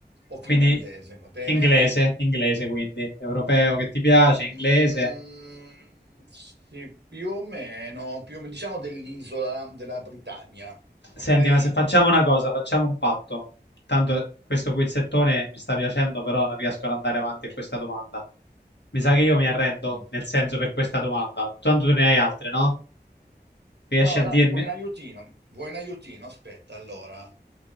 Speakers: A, on the right (about 80°); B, on the left (about 85°).
A: o finlandese,
B: quindi
A: va bene?
B: inglese, inglese quindi, europeo che ti piace, inglese.
A: Mm, sì, più o meno, più o meno, diciamo dell'isola della Britannia, ok?
B: Senti, ma se facciamo una cosa, facciamo un patto. Tanto questo quizzettone mi sta piacendo, però non riesco ad andare avanti a questa domanda. Mi sa che io mi arrendo,
A: Mm.
B: nel senso per questa domanda. Tanto tu ne hai altre, no? Riesci
A: No,
B: a dirmi?
A: dai, vuoi un aiutino? Vuoi un aiutino? Aspetta, allora.